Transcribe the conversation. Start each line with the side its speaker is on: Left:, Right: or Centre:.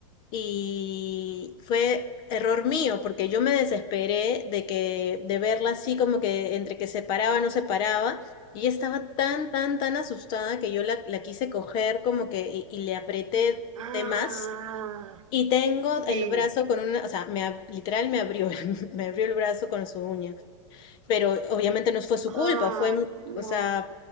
Left: y fue error mío, porque yo me desesperé de que, de verla así como que entre que se paraba, no se paraba, y ella estaba tan, tan, tan asustada que yo la, la quise coger como que, y, y le apreté
Right: Ah,
Left: de más, y tengo
Right: sí.
Left: el brazo con una, o sea, me, ab- literal me abrió, <laughs> me abrió el brazo con su uña, pero obviamente no fue su
Right: Ah,
Left: culpa, fue,
Right: no.
Left: o sea,